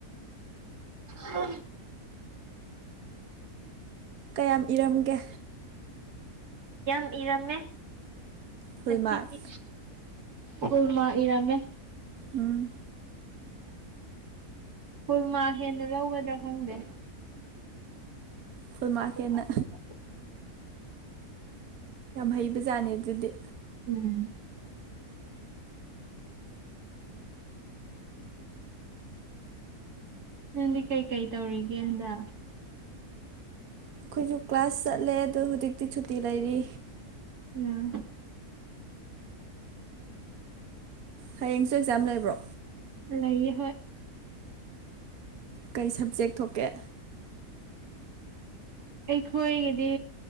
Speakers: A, on the right (about 80°); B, on the right (about 70°).
A: ꯍ
B: ꯀꯌꯥꯝ ꯏꯔꯝꯒꯦ
A: ꯌꯥꯝ ꯏꯔꯝꯃꯦ
B: ꯐꯨꯜ
A: ꯉꯁꯤꯗꯤ
B: ꯃꯥꯔꯛ
A: ꯐꯜꯃ ꯏꯔꯃꯦ
B: ꯎꯝ
A: ꯀꯨꯔꯃꯥ ꯍꯦꯟꯅ ꯂꯧꯒꯗ꯭ꯔꯥ ꯈꯪꯗꯦ
B: ꯐꯜ ꯃꯥꯀꯠꯅ
A: ꯐꯨꯜ ꯃꯥꯔꯛ ꯍꯦꯟꯅ
B: ꯍꯩꯕꯖꯥꯠꯅꯤ ꯑꯗꯨꯗꯤ
A: ꯎꯝ <inaudible> ꯅꯪꯗꯤ ꯀꯩꯀꯩ ꯇꯧꯔꯤꯒꯦ ꯍꯟꯗ
B: ꯑꯩꯈꯣꯏꯁꯨ ꯀ꯭ꯂꯥꯁ ꯆꯠꯂꯦ ꯑꯗꯣ ꯍꯧꯖꯤꯛꯇꯤ ꯁꯨꯇꯤ ꯂꯩꯔꯤ
A: ꯎꯝ
B: ꯍꯌꯦꯡꯁꯨ ꯑꯦꯛꯖꯥꯝ ꯂꯩꯕ꯭ꯔꯣ
A: ꯂꯩꯥꯏꯌꯦ ꯍꯣꯏ
B: ꯀꯩ ꯁꯕꯖꯦꯛ ꯊꯣꯛꯀꯦ
A: ꯑꯩꯈꯣꯏꯒꯤꯗꯤ